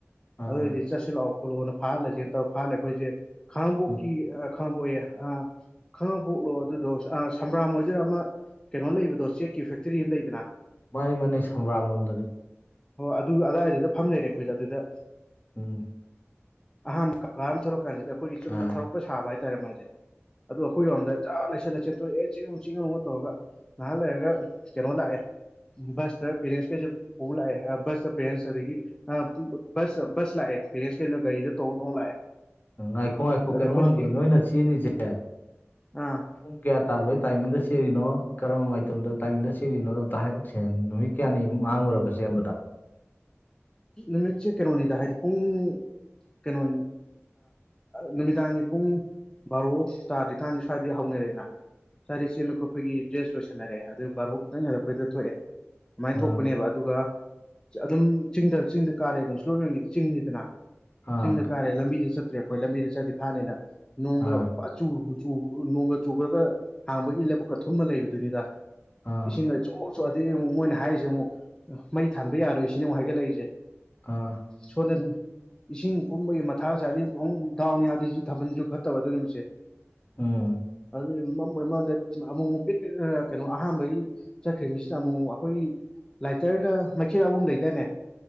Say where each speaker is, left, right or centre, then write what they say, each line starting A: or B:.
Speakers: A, on the left; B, on the left.
A: ꯑꯥ
B: ꯑꯗꯨꯑꯣꯏꯗꯤ ꯆꯠꯁꯤꯜꯂꯛꯑꯣ ꯈꯣꯠꯂꯛꯑꯣꯅ ꯐꯥꯍꯜꯂꯁꯦꯅ ꯇꯧꯔ ꯐꯍꯜꯂꯦ ꯑꯩꯈꯣꯏꯁꯦ ꯈꯥꯡꯉꯕꯣꯛꯀꯤ
A: ꯎꯝ
B: ꯈꯥꯡꯉꯕꯣꯛꯑ ꯑ ꯈꯪꯉ ꯄꯣꯛꯂꯣ ꯑꯗꯨꯗꯣ ꯁꯝꯕ꯭ꯔꯥ ꯃꯣꯏꯗꯔ ꯑꯃ ꯀꯩꯅꯣ ꯂꯩꯕꯗꯣ ꯆꯦꯛꯀꯤ ꯐꯦꯛꯇꯔꯤ ꯑꯃ ꯂꯩꯗꯅ
A: ꯃꯥꯅꯤ ꯃꯥꯅꯤ ꯁꯝꯕ꯭ꯔꯥꯝꯂꯣꯝꯗꯅꯤ
B: ꯍꯣ ꯑꯗꯨ ꯑꯗꯥꯋꯥꯏꯗꯨꯗ ꯐꯝ ꯂꯩꯔꯦ ꯑꯩꯈꯣꯏꯗ ꯑꯗꯨꯗ
A: ꯎꯝ
B: ꯑꯍꯥꯟꯕ ꯀꯀꯥ ꯑꯃ ꯊꯂꯛꯀꯥꯟꯁꯤꯗ ꯑꯩꯈꯣꯏꯒꯤ ꯆꯨꯝꯅ
A: ꯑꯥ
B: ꯊꯧꯔꯛꯄ ꯁꯥꯕ ꯍꯥꯏꯇꯥꯔꯦ ꯃꯥꯁꯦ ꯑꯗ ꯑꯩꯈꯣꯏ <unintelligible> ꯖꯥꯞ ꯂꯩꯁꯤꯟꯂꯥ ꯆꯦꯟꯊꯣꯛꯔꯀꯥ ꯇꯧꯔꯑ ꯑꯦ ꯆꯦꯡꯅꯨꯡ ꯆꯦꯡꯅꯨꯒ ꯇꯧꯔꯒ ꯅꯍꯥꯟ ꯂꯩꯔꯒ ꯀꯩꯅꯣ ꯂꯥꯛꯑꯦ ꯕꯁ ꯇꯥ ꯄꯦꯔꯦꯟꯁ ꯀꯥꯁꯦ ꯄꯨꯂꯛꯑ <unintelligible> ꯄꯦꯔꯦꯟꯁ ꯆꯔꯦꯒꯤ ꯑ ꯕꯁ ꯕꯁ ꯂꯥꯛꯑꯦ ꯄꯦꯔꯦꯟꯁ ꯀꯩꯅꯩꯅꯣ ꯒꯥꯔꯤꯗ ꯇꯣꯡ ꯇꯣꯡꯉ ꯂꯥꯛꯑꯦ
A: ꯉꯥꯏꯈꯣ ꯉꯥꯏꯈꯣ
B: ꯑꯗ
A: ꯀꯩꯅꯣꯝ
B: ꯑꯩꯈꯣꯏꯁꯦ
A: ꯍꯪꯒꯦ
B: ꯄꯨꯂꯞ
A: ꯅꯣꯏꯅ ꯆꯦꯜꯂꯤꯁꯦ
B: ꯑꯥ
A: ꯄꯨꯡ ꯀꯌꯥ ꯇꯥꯕꯒꯤ ꯇꯥꯏꯃꯤꯡꯗ ꯆꯦꯠꯜꯂꯤꯅꯣ ꯀꯔꯝꯕ ꯃꯇꯝꯗ ꯇꯥꯏꯃꯤꯡꯗ ꯆꯦꯜꯂꯤꯅꯣ ꯑꯝꯇ ꯍꯥꯏꯔꯛꯁꯦ ꯅꯨꯃꯤ ꯀꯌꯥꯅꯤ ꯃꯥꯡꯉꯨꯔꯕ ꯆꯦꯟꯕꯗ
B: ꯅꯨꯃꯤꯠꯁꯦ ꯀꯩꯅꯣꯅꯤꯗ ꯍꯥꯏꯗꯤ ꯄꯨꯡ ꯀꯩꯅꯣ ꯅꯨꯃꯤꯗꯥꯡꯒꯤ ꯄꯨꯡ ꯕꯥꯔꯣ ꯇꯥꯗ꯭ꯔꯤꯀꯥꯟꯗ ꯁ꯭ꯋꯥꯏꯗꯒꯤ ꯍꯧꯅꯔꯦꯅ ꯁꯥꯔꯤ ꯆꯦꯅꯣꯠꯄꯣꯏꯒꯤ ꯗ꯭ꯔꯦꯁ ꯂꯣꯏꯁꯟꯅꯔꯦ ꯑꯗꯨ ꯕꯥꯔꯣ ꯈꯛꯇꯪ ꯍꯦꯜꯂꯛꯄꯗ ꯊꯣꯛꯑꯦ ꯑꯗꯨꯃꯥꯏꯅ
A: ꯑꯥ
B: ꯊꯣꯛꯄꯅꯦꯕ ꯑꯗꯨꯒ ꯑꯗꯨꯝ ꯆꯤꯡꯗ ꯆꯤꯡꯗ ꯀꯥꯔꯦ ꯑꯗꯨꯝ ꯁ꯭ꯂꯣ ꯑꯣꯏꯅꯉꯩꯗꯤ ꯆꯤꯡꯅꯤꯗꯅ
A: ꯑꯥ
B: ꯆꯤꯡꯗ ꯀꯥꯔꯦ ꯂꯝꯕꯤꯗ ꯆꯠꯇ꯭ꯔꯦ ꯑꯩꯈꯣꯏ ꯂꯝꯕꯤꯗ ꯆꯠꯗꯤ ꯐꯥꯅꯤꯅ ꯅꯣꯡꯒ
A: ꯑꯥ
B: <unintelligible> ꯅꯣꯡꯒ ꯆꯨꯈ꯭ꯔꯒ ꯍꯥꯡꯕꯒꯤ ꯂꯕꯨꯨꯛꯀ ꯊꯨꯝꯃ ꯂꯩꯕꯗꯨꯅꯤꯗ
A: ꯑꯥ
B: ꯏꯁꯤꯡꯗ ꯆꯣꯆꯣ ꯑꯗꯒꯤ ꯑꯃꯨꯛ ꯃꯣꯏꯅ ꯍꯥꯏꯔꯤꯁꯦ ꯑꯃꯨꯛ ꯃꯩ ꯊꯥꯟꯕ ꯌꯥꯔꯣꯏ ꯁꯤꯅꯤ ꯑꯃꯨꯛ ꯍꯥꯏꯒꯠꯂꯛꯏꯁꯦ
A: ꯑꯥ
B: ꯁꯣꯟꯅ ꯏꯁꯤꯡ ꯀꯨꯝꯕꯒꯤ ꯃꯊꯥ ꯁꯗꯤ ꯑꯃꯨ ꯗꯥꯎꯟ ꯌꯥꯗ꯭ꯔꯁꯨ ꯊꯥꯕꯜꯁꯨ ꯐꯠꯇꯕ ꯑꯗꯨ ꯅꯨꯃꯤꯠꯁꯦ
A: ꯎꯝ
B: <unintelligible> ꯄꯤꯛ ꯀꯩꯅꯣ ꯑꯍꯥꯟꯕꯒꯤ ꯆꯠꯈ꯭ꯔꯤꯕꯅꯤꯁꯤꯅ ꯑꯃꯨꯛ ꯑꯩꯈꯣꯏꯒꯤ ꯂꯥꯏꯇꯔꯗ ꯃꯩꯈꯦꯜ ꯑꯍꯨꯝ ꯂꯩꯗꯥꯅꯦ